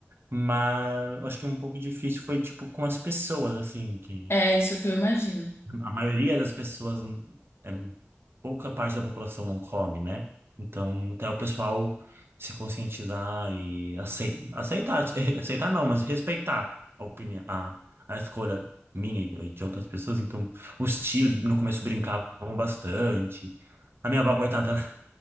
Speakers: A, on the right (about 55°); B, on the left (about 60°).
A: Mas eu acho que um pouco difícil foi, tipo, com as pessoas, assim, que
B: É isso que eu imagino.
A: a maioria das pessoas, é, pouca parte da população não come, né? Então, até o pessoal se conscientizar e acei- aceitar, <laughs> aceitar não, mas respeitar a opinião, a, a escolha minha e de outras pessoas. Então, os tios no começo brincavam bastante. A minha avó, coitada, ela,